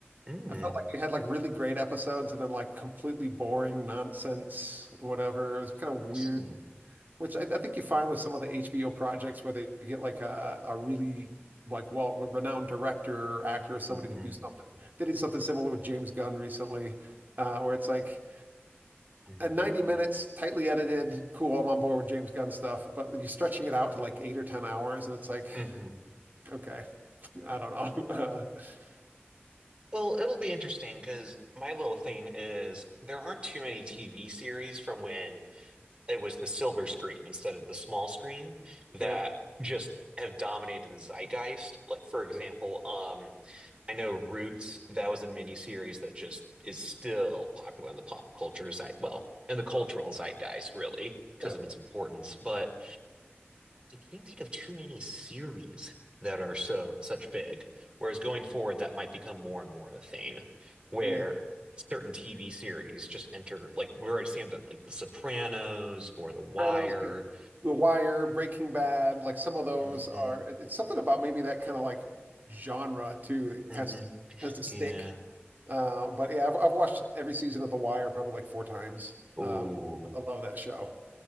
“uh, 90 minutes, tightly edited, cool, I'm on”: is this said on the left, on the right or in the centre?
Right